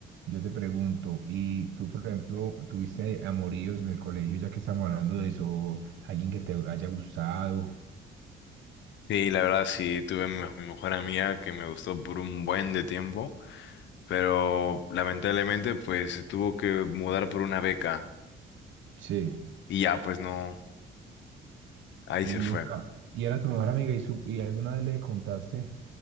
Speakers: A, on the right (about 75°); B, on the left (about 70°).
A: Yo te pregunto, ¿y tú, por ejemplo, tuviste amoríos en el colegio, ya que estamos hablando de eso, alguien que te haya gustado?
B: sí, la verdad sí, tuve mi, mi mejor amiga que me gustó por un buen de tiempo, pero lamentablemente pues se tuvo que mudar por una beca
A: Sí.
B: y ya pues no, ahí
A: Y
B: se
A: nunca,
B: fue.
A: y era tu mejor amiga y, su, y alguna vez le contaste